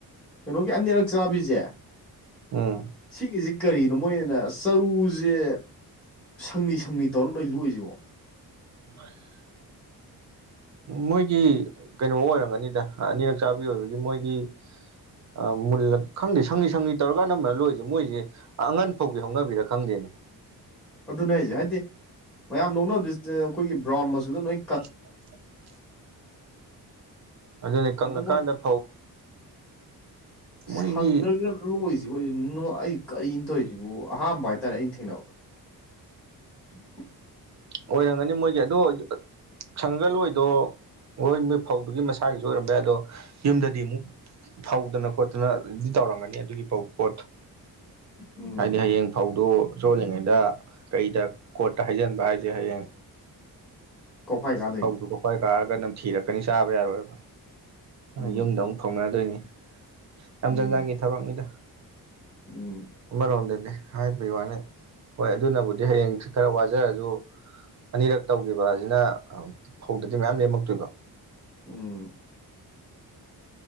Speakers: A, in the centre; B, on the right.
A: ꯀꯩꯅꯣꯒꯤ ꯑꯅꯤꯔꯛ ꯆꯥꯕꯤꯖꯦ
B: ꯎꯝ
A: ꯁꯤꯒꯤꯖꯦ ꯀꯔꯤꯅꯣ ꯃꯣꯏꯅ ꯆꯔꯨꯖꯦ ꯁꯪꯂꯤ ꯁꯪꯂꯤ ꯇꯧꯔ ꯂꯣꯏ ꯂꯣꯛꯏꯖꯤꯕꯣ
B: ꯍ <inaudible>
A: <unintelligible> <unintelligible>
B: ꯃꯣꯏꯒꯤ ꯀꯩꯅꯣ ꯑꯣꯏꯔꯝꯒꯅꯤꯗ ꯑꯅꯤꯔꯛ ꯆꯥꯕꯤ ꯑꯣꯏꯕꯒꯤ ꯃꯣꯏꯒꯤ ꯑ ꯃꯨꯜꯂ ꯈꯪꯗꯦ ꯁꯪꯂꯤ ꯁꯪꯂꯤ ꯇꯧꯔꯒꯥꯟ ꯑꯅꯝꯕꯅ ꯂꯣꯛꯏꯖꯦ ꯃꯣꯏꯖꯦ ꯑꯉꯟ ꯐꯧꯒꯤ ꯍꯧꯅꯕꯤꯔ ꯈꯪꯗꯦꯅꯦ
A: ꯑꯗꯨꯅꯦ ꯍꯥꯏꯖꯦ ꯍꯥꯏꯗꯤ ꯃꯌꯥꯝ ꯂꫭꯛꯅꯕꯗꯤ ꯆꯦ ꯑꯩꯈꯣꯏꯒꯤ ꯕ꯭ꯔꯥꯎꯟ ꯃꯆꯨꯗ ꯂꫭꯏ ꯀꯪ
B: <inaudible> ꯑꯗꯨꯅꯦ ꯀꯪꯉ
A: ꯑꯗꯨ
B: ꯀꯥꯟꯗ ꯐꯧ ꯃꯣꯏꯒꯤ
A: ꯁꯪꯅꯕꯤꯒ ꯂꫭꯏ ꯂꫭꯛꯏꯖꯤꯕꯨ ꯑꯩꯖꯦ ꯉꯛꯑꯩ ꯀꯔꯤꯅꫭ ꯇꯧꯖꯤꯕꫭ ꯑꯍꯥꯝꯕ ꯍꯥꯏꯇꯥꯔꯦ ꯑꯩꯅ ꯊꯦꯡꯅꯕꯗꯣ <unintelligible> <inaudible>
B: ꯑꯣꯏꯔꯝꯒꯅꯤ ꯃꯣꯏꯒꯤ ꯑꯗꯣ ꯁꯪꯉꯒ ꯂꫭꯛꯏꯗꫭ ꯍꯣꯏꯃꯦ ꯐꯧꯗꯨꯒꯤ ꯃꯁꯥꯒꯤꯖꯨ ꯑꯣꯏꯔꯝꯕ ꯌꯥꯏ ꯑꯗꯣ ꯌꯨꯝꯗꯗꯤ ꯑꯃꯨꯛ ꯐꯧꯗꯅ ꯈꯣꯠꯇꯅꯗꯤ ꯇꯧꯔꯝꯒꯅꯤ ꯑꯗꯨꯒꯤ ꯐꯧ ꯄꯣꯠꯇꯣ
A: ꯎꯝ
B: ꯍꯥꯏꯗꯤ ꯍꯌꯦꯡ ꯐꯧꯗꫭ ꯆꯣꯠꯂꯤꯉꯩꯗ ꯀꯩꯗ ꯀꯣꯠꯇ ꯍꯩꯖꯤꯟꯕ ꯍꯥꯏꯖꯦ ꯍꯌꯦꯡ
A: ꯀꯣꯐꯥꯏ ꯀꯥꯗꯣꯏꯅꯤ
B: ꯐꯧꯗꯨ ꯀ ꯈ꯭ꯋꯥꯏ ꯀꯥꯔꯒ ꯅꯝ ꯊꯤꯔꯛꯀꯅꯤ ꯆꯥꯕ ꯌꯥꯔꯣꯏꯕ
A: ꯎꯝ
B: ꯌꯨꯝꯗ ꯑꯃꯨꯛ ꯐꯥꯎꯅꯗꯣꯏꯅꯤ ꯌꯥꯝ
A: ꯎꯝ
B: ꯆꯥꯟꯖꯥꯡꯒꯤ ꯊꯕꯛꯅꯤꯗ
A: ꯎꯝ
B: ꯑꯃꯔꯣꯝꯗꯗꯤ ꯍꯥꯏꯕꯤꯌꯨ ꯍꯥꯏꯅꯤ ꯍꯣꯏ ꯑꯗꯨꯅꯕꯨꯗꯤ ꯍꯌꯦꯡꯁꯤ ꯈꯔ ꯋꯥꯖꯔꯁꯨ ꯑꯅꯤꯔꯛ ꯇꯧꯈꯤꯕ ꯑꯁꯤꯅ ꯐꯧꯗꯗꯤ ꯃꯌꯥꯝ ꯂꯦꯝꯃꯛꯇꯣꯏꯕ
A: ꯎꯝ